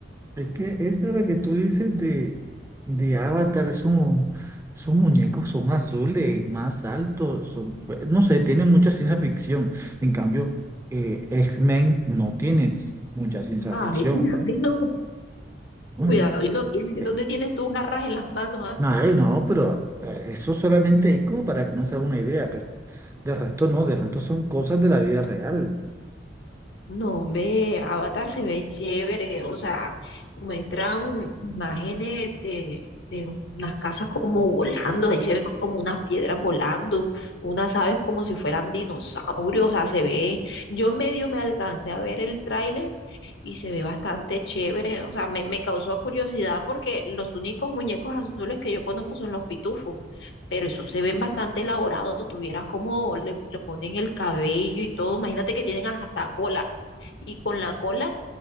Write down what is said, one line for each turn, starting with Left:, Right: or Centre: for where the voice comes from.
Right: Es que esa es la que tú dices de, de Avatar, son, son muñecos, son azules, más altos, son, pues, no sé, tienen mucha ciencia ficción. En cambio, eh, X-Men no tiene s- mucha ciencia
Left: Ay,
Right: ficción.
Left: cuidado y no
Right: Bueno,
Left: cuidado y no tienes.
Right: eh,
Left: ¿Dónde tienes tú garras en las manos, ah?
Right: no, eh, no, pero eh, eso solamente hay como para que uno se haga una idea, pero de resto no, de resto son cosas de la vida real,
Left: No, hombre, Avatar se ve chévere, o sea, muestran imágenes de, de unas casas como volando, ahí se ven como unas piedras volando, unas aves como si fueran dinosaurios, o sea, se ve, yo medio me alcancé a ver el tráiler y se ve bastante chévere, o sea, me, me causó curiosidad porque los únicos muñecos azules que yo conozco son los pitufos, pero esos se ven bastante elaborados, tuvieras como le, le ponen el cabello y todo, imagínate que tienen hasta cola y con la cola